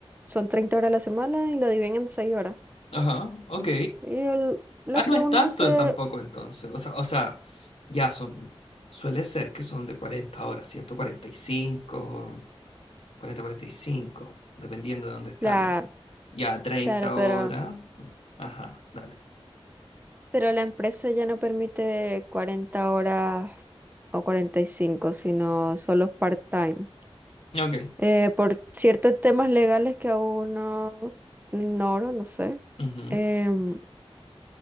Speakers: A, on the right; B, on the left.
A: son 30 horas a la semana y lo dividen en 6 horas.
B: ajá, ok.
A: Y el- lo
B: Ah,
A: que
B: no es
A: uno
B: tanto
A: hace,
B: tampoco entonces. O sea, o sea, ya son, suele ser que son de 40 horas, ¿cierto? cuarenta cuarenta y cinco, cuarenta cuarenta y cinco, dependiendo de dónde estamos.
A: claro,
B: Ya 30
A: claro, pero,
B: horas. Ajá, dale.
A: pero la empresa ya no permite 40 horas o 45 sino solo part-time.
B: Ok.
A: Eh, por ciertos temas legales que aún no ignoro, no sé.
B: Ujú,
A: em,